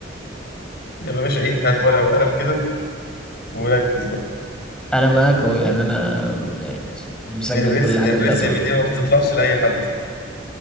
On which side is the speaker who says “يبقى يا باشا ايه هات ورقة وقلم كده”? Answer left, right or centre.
Left